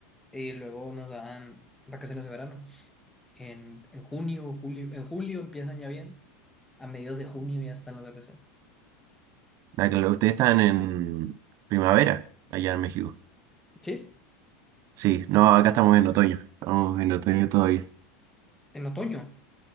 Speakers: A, in the centre; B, on the right.
A: y luego nos dan vacaciones de verano. En, en junio, julio, en julio empiezan ya bien. A mediados de junio ya están las vacaciones.
B: Ah, claro, ustedes están en primavera allá en México.
A: Sí,
B: Sí, no, acá estamos en otoño. Estamos en otoño todavía.
A: en otoño.